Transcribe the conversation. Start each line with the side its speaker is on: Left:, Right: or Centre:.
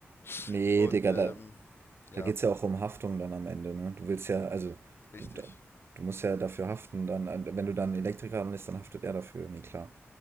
Left: <laughs>
Right: Nee,
Left: Und
Right: Digga,
Left: ähm,
Right: da.
Left: ja,
Right: Da geht es ja auch um Haftung dann am Ende, ne? Du willst ja, also,
Left: richtig.
Right: du, da, du musst ja dafür haften, dann, äh, wenn du dann einen Elektriker anlässt, dann haftet er dafür, nee, klar.